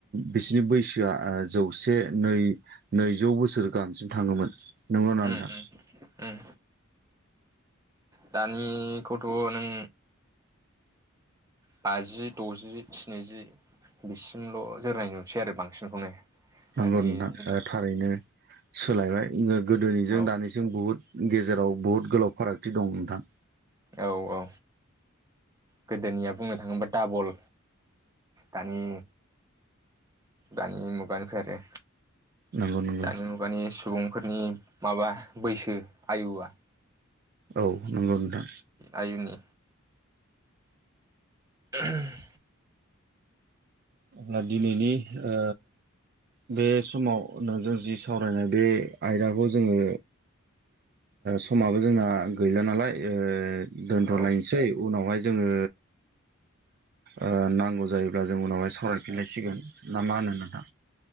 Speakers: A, on the right; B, on the right.
A: बिसोरनि बैसोआ ओ जौसे नै नैजौ बोसोर गाहामसिम थाङोमोन नंगौ ना
B: उम
A: नोंथां
B: उम उम दानि कथ' नों बाजि द'जि स्निजि बिसिमल' जोरनाय नुसै आरो बांसिनखौनो
A: नोंगौ
B: दानि
A: नोंथां
B: दिनावथ'
A: थारैनो सोलायबाय गोदोनिजों
B: औ
A: दानिजों बुहुद गेजेराव बहुत गोलाव फारागथि दं नोंथां
B: औ औ गोदोनिया बुंनो थाङोबोबा डाबल दानि दानि मुगानिफ्राय आरो
A: नंगौ नंगौ
B: दानि मुगानि सुबुंफोरनि माबा बैसो आयुआ
A: औ नंगौ नोंथां
B: आयनि <inaudible>
A: दा दिनैनि ओ बे समाव नोंजों जि सावरायनाय बे आयदाखौ जोङो समाबो जोंना गैला नालाय ओ दोनथ'लायनोसै
B: औ
A: उनावहाय जोङो ओ नांगौ जायोब्ला जों उनावहाय सावरायफिनलायसिगोन ना मा होनो नोंहा